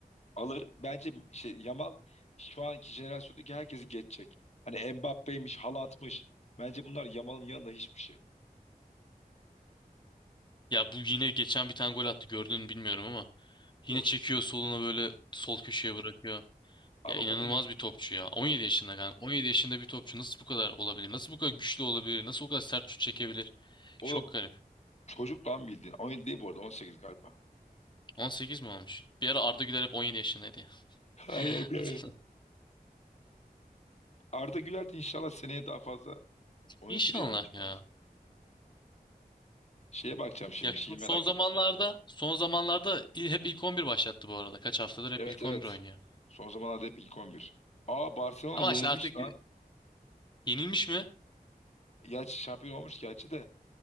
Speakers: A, on the left; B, on the left.
A: alır. Bence şey Yamal şu anki jenerasyondaki herkesi geçecek. Hani Mbappe'ymiş, Haaland'mış. Bence bunlar Yamal'ın yanında hiçbir şey.
B: Ya bu yine geçen bir tane gol attı gördün mü bilmiyorum ama yine
A: Yok.
B: çekiyor soluna böyle sol köşeye bırakıyor.
A: Abi
B: Ya
A: bak
B: inanılmaz
A: onu,
B: bir topçu ya. 17 yaşında yani. 17 yaşında bir topçu nasıl bu kadar olabilir? Nasıl bu kadar güçlü olabilir? Nasıl bu kadar sert şut çekebilir?
A: oğlum
B: Çok garip.
A: Çocuk lan bildiğin. 17 değil bu arada 18 galiba.
B: 18 mi olmuş? Bir ara Arda Güler hep 17 yaşındaydı ya.
A: Hayır
B: <laughs>
A: be.
B: Hatırladım.
A: Arda Güler de inşallah seneye daha fazla oynatır
B: İnşallah
A: yani Cüneyt.
B: ya.
A: Şeye bakacağım şimdi
B: Ya şu
A: şeyi merak
B: son zamanlarda
A: et.
B: son zamanlarda il- hep ilk 11 başlattı bu arada. Kaç haftadır hep
A: Evet
B: ilk
A: evet.
B: 11 oynuyor.
A: Son zamanlarda hep ilk 11. Aa Barcelona
B: Ama
A: yenilmiş
B: işte artık
A: lan.
B: yenilmiş mi?
A: Gerçi şampiyon olmuş gerçi de.